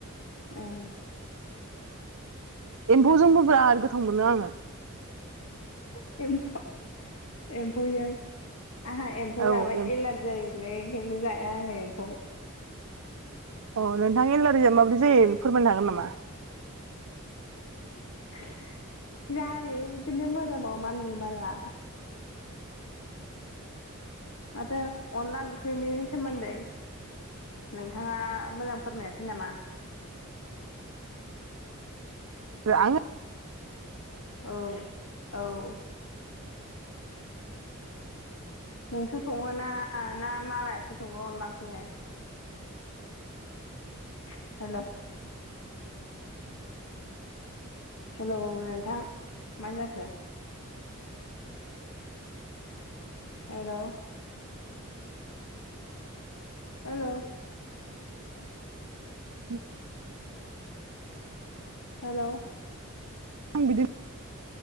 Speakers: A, on the left; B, on the right.
A: ओं।
B: एम्फौजोंबो बिराद गोथाव मोनो आंङो।
A: <unintelligible> एम्फौजों आंहा एम्फौ
B: औ
A: जाबा
B: एम्फौ
A: एलार जायोलै ओंखायनो जाया आंङो एम्फौ।
B: अ नोंथां एलारजिआ माबोरै जायो फोरमायनो हागोन नामा?
A: <unintelligible> जायो बिदिनो मोदोमाव मानलु मानला। माथो अनला ओंख्रिनि सोमोन्दै नोंथाङा मोजां फोरमायासै नामा?
B: ओ आंङो
A: औ औ। नोंसो संङोना ना मालायासो संङो अनला ओंख्रिखौलाय? <unintelligible> हेल'। हेलौ नोंथां मा जाखो? हेल'। हेल'।
B: <inaudible>
A: हेल'।
B: आं बिदि